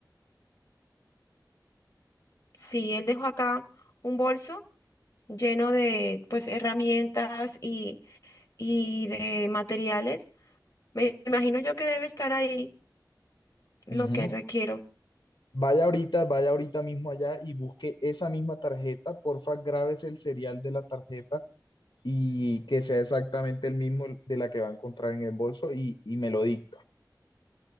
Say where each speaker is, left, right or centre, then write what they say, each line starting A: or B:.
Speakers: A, on the left; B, on the left.
A: sí, él dejó acá un bolso lleno de pues herramientas y y de materiales. Me imagino yo que debe estar ahí
B: Ujú.
A: lo que requiero.
B: Vaya ahorita, vaya ahorita mismo allá y busque esa misma tarjeta. Porfa, grábese el serial de la tarjeta y que sea exactamente el mismo de la que va a encontrar en el bolso y, y me lo dicta.